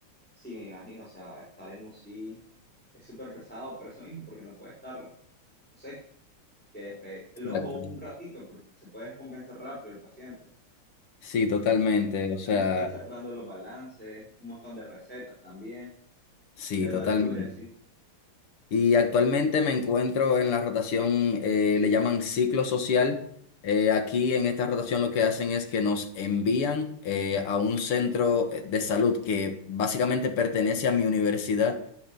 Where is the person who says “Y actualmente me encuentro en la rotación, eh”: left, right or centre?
Left